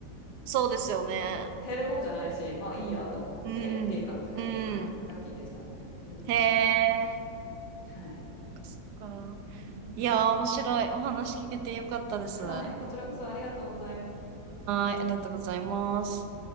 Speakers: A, on the right; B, on the left.
A: そうですよね。
B: うん。減るもんじゃないし、まあいいやと思ってっていう感じで、
A: うん。うん。うん。
B: はい。ラッキーでしたね。うん。
A: へえ、
B: はい。
A: そっか。
B: うんうん。
A: いやー、面白い。お話聞けてよかったです。
B: はい。
A: は
B: こちらこそありがとうございます。
A: ーい、ありがとうございます。